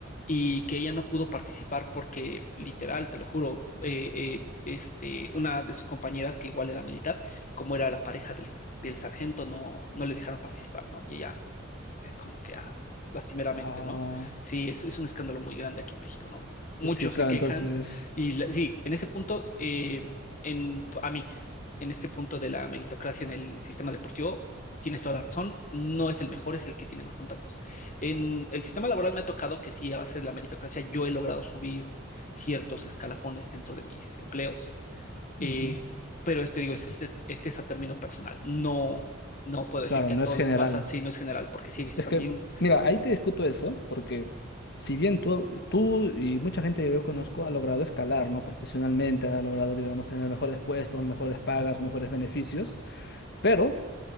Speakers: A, on the left; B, on the left.
A: y que ella no pudo participar porque literal, te lo juro, eh, eh, este, una de sus compañeras que igual era militar, como era la pareja del, del sargento, no, no le dejaron participar, ¿no? Y ella es como que, ah, lastimeramente,
B: Ah,
A: ¿no? Sí, es, es un escándalo muy grande aquí en México, ¿no? Muchos
B: sí, claro,
A: se quejan
B: entonces.
A: y la- sí, en ese punto, eh, en, a mí, en este punto de la meritocracia en el sistema deportivo, tienes toda la razón, no es el mejor, es el que tiene más contactos. En el sistema laboral me ha tocado que sí, a base de la meritocracia, yo he logrado subir ciertos escalafones dentro de mis empleos eh,
B: Ujú.
A: pero este, digo, es- este, este es a término personal. No, no puedo
B: Claro,
A: decir que
B: no
A: a todos
B: es general.
A: les pasa, sí, no es general, porque sí he visto
B: Es
A: también,
B: que, mira, ahí te discuto eso, porque si bien tú, tú y mucha gente que yo conozco ha logrado escalar, ¿no? Profesionalmente, ha logrado, digamos, tener mejores puestos, mejores pagas, mejores beneficios, Pero,